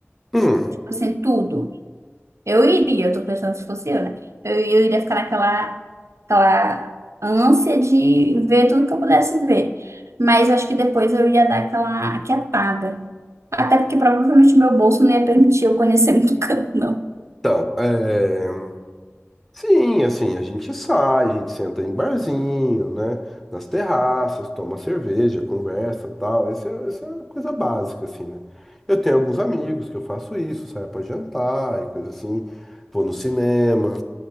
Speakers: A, in the centre; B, on the right.
A: Hum,
B: Tipo assim, tudo. Eu iria, eu tô pensando se fosse eu, né? Eu, eu iria ficar naquela aquela ânsia de ver tudo que eu pudesse ver. Mas eu acho que depois eu ia dar aquela aquietada. Até porque provavelmente meu bolso não ia permitir eu conhecer <laughs> muito canto, não.
A: Então, é... sim, assim, a gente sai, a gente senta em barzinho, né? Nas terraças, toma cerveja, conversa, tal. Essa é, essa é a coisa básica, assim, né? Eu tenho alguns amigos que eu faço isso, saio pra jantar e coisa assim. Vou no cinema,